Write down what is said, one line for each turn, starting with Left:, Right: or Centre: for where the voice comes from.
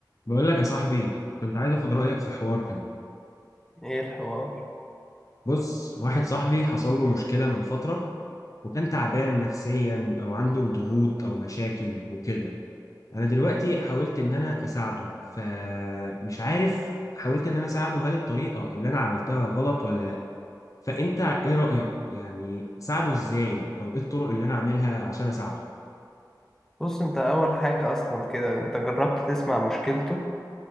Left: بقول لك يا صاحبي كنت عايز اخد رايك في حوار كده
Centre: ايه الحوار
Left: بص واحد صاحبي حصل له مشكله من فتره وكان تعبان نفسيا او عنده ضغوط او مشاكل وكده انا دلوقتي حاولت ان انا اساعده فمش عارف حاولت ان انا اساعده هل الطريقه اللي انا عملتها غلط ولا لا فانت ايه رايك يعني اساعده ازاي او ايه الطرق اللي انا اعملها عشان اساعده
Centre: بص انت اول حاجة اصلا كده انت جربت تسمع مشكلته